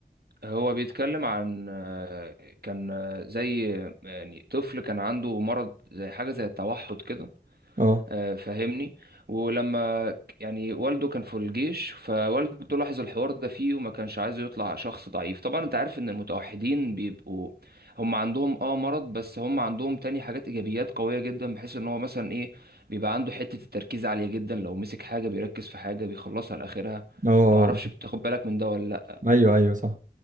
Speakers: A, on the right; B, on the right.
A: هو بيتكلم عن آه كان آه، زي يعني طفل كان عنده مرض زي حاجة زي التوحد كده
B: اه
A: آه، فاهمني ولما ك- يعني والده كان في الجيش فوالده لاحظ الحوار ده فيه وما كانش عايزه يطلع شخص ضعيف طبعا انت عارف ان المتوحدين بيبقوا هم عندهم اه مرض بس هم عندهم تاني حاجات ايجابيات قوية جدا بحيث ان هو مثلا ايه بيبقى عنده حتة التركيز عالية جدا لو مسك حاجة بيركز في حاجة بيخلصها لاخرها
B: اه آه.
A: معرفش بتاخد بالك من ده ولا لا
B: ايوه ايوه صح